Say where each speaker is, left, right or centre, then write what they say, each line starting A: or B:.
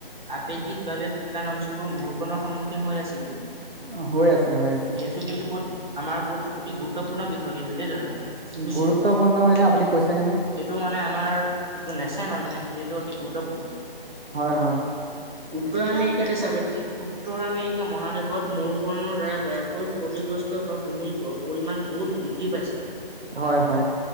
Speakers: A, on the right; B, on the right.
A: আপেক্ষিকভাৱে শুকান অঞ্চল- োৰ মূৰনৰ সন্মুখীন হৈ আছে কিন্তু <unintelligible>
B: অ হৈ আছে হৈ আছে
A: এইটো কিন্তু বহুত আমাৰ বহুত অতি গুৰুত্বপূৰ্ণ বিষয় কিন্তু দেই দাদা বুজছে
B: গুৰুত্বপূৰ্ণ
A: এইটো
B: মানে আপুনি কৈছেহেনে
A: মানে আমাৰ যিটো নেচাই মানুহে সেইখিনিত অতি গুৰুত্বপূৰ্ণ
B: হয় হয়
A: উ আমি এইেইতে চাপ উত্তৰ আমেৰিকা মহাদেশত মৌকৰণৰ দ্বাৰা বেয়াকৈ ক্ষতিগ্ৰস্ত হোৱা ভূমিৰ পৰিমাণ বহুত বৃদ্ধি পাইছে
B: হয় হয়